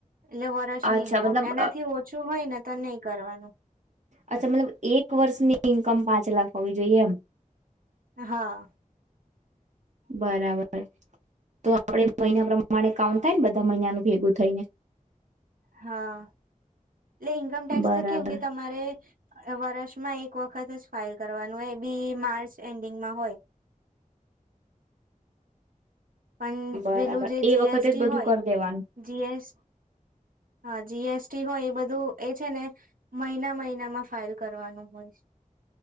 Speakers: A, on the right (about 80°); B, on the right (about 55°).
A: એટલે વરસ
B: અચ્છા
A: ની ઇન્કમ,
B: મતલબ
A: એનાથી
B: અ
A: ઓછું હોયને તો નહીં કરવાનું.
B: અચ્છા મતલબ, એક વર્ષની ઈન્કમ પાંચ લાખ હોવી જોઈએ એમ?
A: હા.
B: બરાબર. તો આપડે મહિના પ્રમાણે કાઉન્ટ થાય ને બધા મહિનાનું ભેગું થઈને?
A: હા. એટલે ઈન્કમ ટેક્સ
B: બરાબર
A: તો કેવું કે તમારે વરસમાં એક વખત જ ફાઇલ કરવાનું હોય, એ બી માર્ચ એન્ડિંગમાં હોય. પણ
B: બરાબર
A: પેલું જે
B: એ
A: જીએસટી
B: વખતે જ બધું
A: હોય
B: કરી દેવાનું
A: જીએસ હા જીએસટી હોય એ બધું એ છે ને મહિના મહિનામાં ફાઈલ કરવાનું હોય છે.